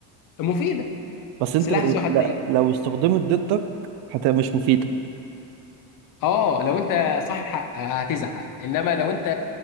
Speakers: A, on the left; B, on the right.
A: مفيدة
B: بس انت
A: سلاح
B: لو
A: ذو حدين
B: لا لو استخدمت ضدك هتبقى مش مفيده
A: اه لو انت صاحب حق آه، هتزعل انما لو انت